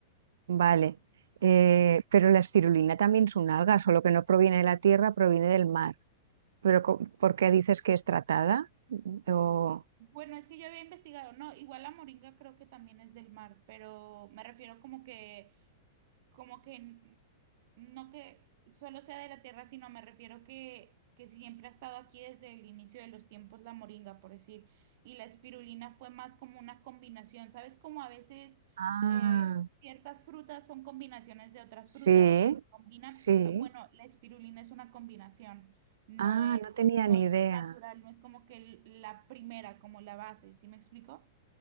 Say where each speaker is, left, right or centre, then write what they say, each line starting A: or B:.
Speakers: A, on the right; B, on the right.
A: Vale. Eh, pero la espirulina también es un alga, solo que no proviene de la tierra, proviene del mar. Pero co- ¿por qué dices que es tratada? Mm, O...
B: Bueno, es que yo había investigado, no, igual la moringa creo que también es del mar, pero me refiero como que como que n- no que solo sea de la tierra, sino me refiero que, que siempre ha estado aquí desde el inicio de los tiempos la moringa, por decir, y la espirulina fue más como una combinación, ¿sabes? Como a veces
A: Ah,
B: eh, ciertas frutas son combinaciones de otras
A: Sí,
B: frutas, combinan,
A: sí.
B: bueno, la espirulina es una combinación, no
A: Ah,
B: es,
A: no tenía
B: no
A: ni
B: es
A: idea.
B: natural, no es como que el- la primera, como la base, ¿sí me explico?